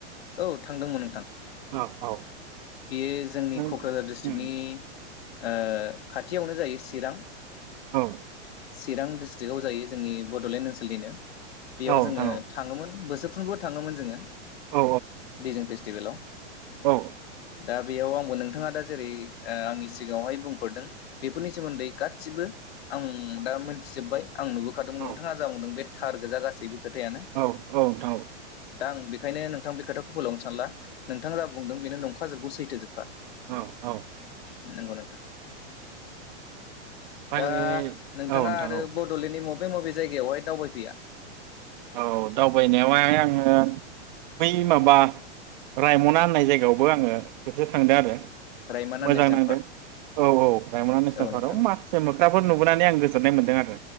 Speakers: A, on the left; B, on the right.
A: औ थांदोंमोन नोंथां।
B: औ औ
A: बेयो जोंनि
B: नों
A: क'क्राझार डिस्ट्रिक्टनि
B: उम
A: ओ खाथियावनो जायो सिरां
B: औ
A: सिरां डिस्ट्रिक्टआव जायो जोंनि बड'लेण्ड ओनसोलनिनो बेयाव
B: नोंथां
A: जोङो
B: औ
A: थाङोमोन बोसोर फ्रुमबो थाङोमोन जोङो
B: औ
A: दैजिं फेस टिबेलाव
B: औ
A: दा बेयाव आंबो नोंथाङा दा जेरै ओ आंनि सिगाङावहाय बुंफोरदों बेफोरनि सोमोन्दै गासिबो आं दा मोनथिजोब्बाय आं नुबोखादोंमोन
B: औ
A: नोंथाङा जाबावदों बे थार गोजा गासैबो खोथायानो
B: औ औ नोंथां औ
A: दा आं बेखायनो नोंथां बे खोथाखौ फोलावनो सानला नोंथाङा जा बुंदों बेनो नंख गौ सैथोजोबखा
B: औ औ
A: नोंगौ नोंथां
B: ओमफ्राय
A: दा नोंथाङा
B: औ नोंथां
A: आरो
B: औ
A: बड'लेण्डनि मु मबे मबे जायगायावहाय दावबायफैया
B: औ दावबायनायावहाय आङो बै माबा रायमना होननाय जायगायावबो आङो खेबसे थांदों आरो
A: रायमना
B: मोजां
A: नेसनेल
B: नांदों
A: पार्क
B: औ औ रायमना नेसनेल
A: औ
B: पार्कआव
A: नोंथां
B: माखासे मोख्राफोर नुबोनानै आं गोजोन्नाय मोन्दों आरो